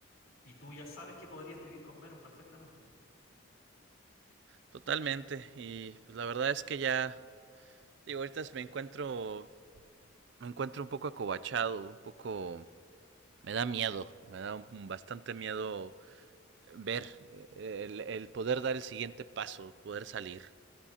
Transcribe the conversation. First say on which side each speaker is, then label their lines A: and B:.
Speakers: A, on the left; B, on the right.
A: Y tú ya sabes que podrías vivir con menos perfectamente.
B: Totalmente. Y pues la verdad es que ya, digo, ahorita me encuentro, me encuentro un poco acobachado, un poco, me da miedo, me da un- bastante miedo ver eh, el, el poder dar el siguiente paso, poder salir.